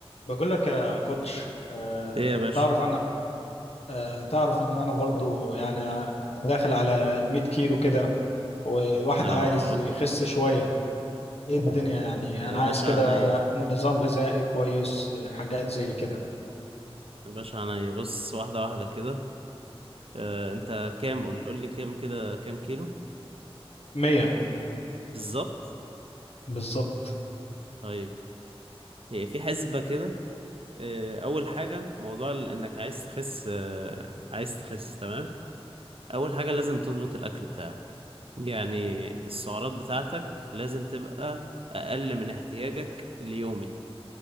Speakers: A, on the left (about 75°); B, on the right (about 60°).
A: بقول لك يا كوتش آه،
B: ايه يا باشا
A: تعرف انا آه، تعرف ان انا برضو يعني داخل على ال 100 كيلو كده والواحد
B: اه
A: عايز يخس شوية ايه الدنيا يعني
B: يا
A: انا
B: باشا
A: عايز كده
B: عينيا
A: نظام غذائي كويس آه، حاجات زي كده
B: يا باشا عينيا بص واحدة واحدة كده آه انت كام قول قول لي كام كده كام كيلو
A: 100
B: بالظبط
A: بالظبط
B: طيب هي في حسبة كده آه اول حاجة موضوع ال- انك عايز تخس آه عايز تخس تمام اول حاجة لازم تضبط الاكل بتاعك يعني السعرات بتاعتك لازم تبقى اقل من احتياجك اليومي